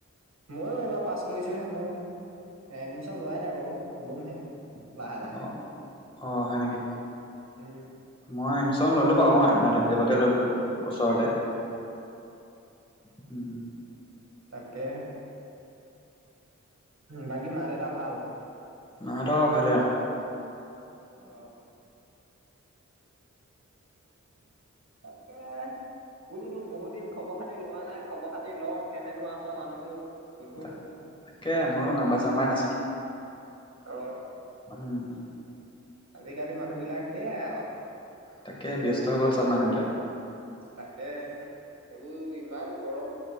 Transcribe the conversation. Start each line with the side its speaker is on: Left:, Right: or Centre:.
Right: ময়ো এইবাৰ পাছ কৰিছোহে মই। এডমিশন লোৱাই নাই বাৰু লমহে। লাহে লাহে।
Left: অহ', - অহ', - অহ ', সেনেকে
Right: উম,
Left: মই এডমিশন ললো। মই মাধৱদেৱতে ললো। ওচৰতে
Right: উম,
Left: হু
Right: তাকে বাকী মাৰ দেতাৰ ভাল।
Left: মাহতৰ ভালে আৰু।
Right: অহ ', তাকে বোলো তোক বহুত দিন খবৰ খাতি লোৱা নাই খবৰ খাতি ল কেনেনো আছ মানুহতো। সুধো
Left: তাক তাকে মোৰো নাম্বাৰ চাম্বাৰ নাছিলে
Right: অ
Left: উম
Right: আজিকালি মানুহ বিলাক সেইয়াই আৰু
Left: তাকে ব্যস্ত হৈ গ'ল চব মানুহবিলাক
Right: তাকে এইবোৰ ইমান গৰম